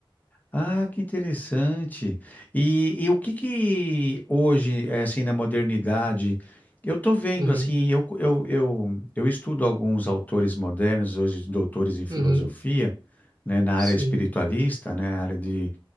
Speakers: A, on the left; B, on the right.
A: Ah, que interessante. E, e o que que hoje, eh, assim, na modernidade, eu tô vendo,
B: Uhum,
A: assim, eu, eu, eu, eu estudo alguns autores modernos, hoje doutores em filosofia,
B: uhum,
A: né, na
B: sim,
A: área espiritualista, né, área de